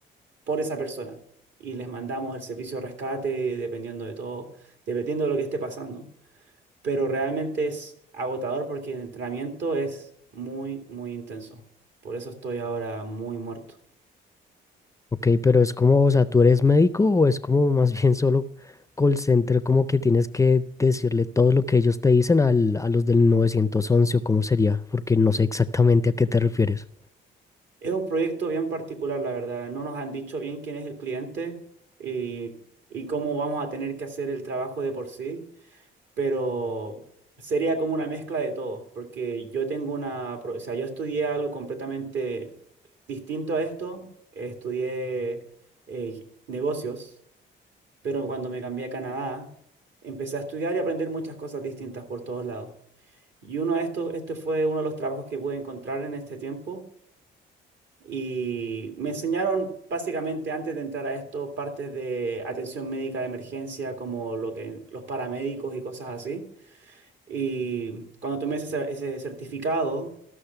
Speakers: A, on the right; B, on the left.
A: por esa persona y les mandamos el servicio de rescate dependiendo de todo, dependiendo de lo que esté pasando pero realmente es agotador porque el entrenamiento es muy, muy intenso. Por eso estoy ahora muy muerto.
B: Ok, pero es como, o sea, ¿tú eres médico o es como <laughs> más bien solo call center, como que tienes que decirle todo lo que ellos te dicen al, a los del 911 o cómo sería? Porque no sé exactamente a qué te refieres.
A: Es un proyecto bien particular, la verdad. No nos han dicho bien quién es el cliente y, y cómo vamos a tener que hacer el trabajo de por sí, pero sería como una mezcla de todo, porque yo tengo una, pro- o sea, yo estudié algo completamente distinto a esto. Estudié eh, negocios Pero cuando me cambié a Canadá, empecé a estudiar y aprender muchas cosas distintas por todos lados. Y uno de estos, este fue uno de los trabajos que pude encontrar en este tiempo. Y me enseñaron básicamente antes de entrar a esto partes de atención médica de emergencia, como lo que, los paramédicos y cosas así. Y cuando tomé ese, cer- ese certificado,